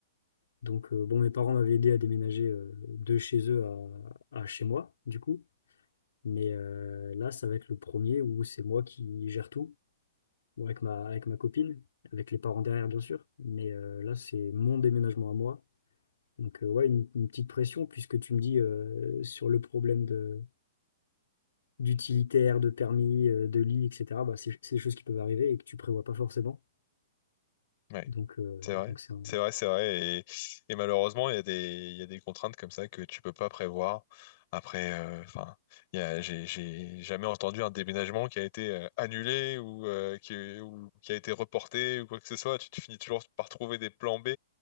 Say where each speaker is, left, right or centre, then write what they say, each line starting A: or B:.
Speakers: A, on the left; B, on the left.
A: Donc, euh, bon, mes parents m'avaient aidé à déménager euh, de chez eux à, à chez moi, du coup. Mais euh, là, ça va être le premier où c'est moi qui gère tout, bon, avec ma, avec ma copine, avec les parents derrière, bien sûr. Mais euh, là, c'est mon déménagement à moi. Donc, euh, ouais, une, une petite pression, puisque tu me dis euh, sur le problème de, d'utilitaire, de permis, euh, de lit, etc., bah, c'est c'est des choses qui peuvent arriver et que tu prévois pas forcément.
B: Oui,
A: Donc, euh,
B: c'est vrai.
A: donc c'est un-
B: C'est vrai, c'est vrai. Et, et malheureusement, il y a des, il y a des contraintes comme ça que tu peux pas prévoir. Après, euh, enfin, il y a- j'ai, j'ai jamais entendu un déménagement qui a été euh, annulé ou, euh, qui, ou qui a été reporté ou quoi que ce soit. Tu, tu finis toujours par trouver des plans B.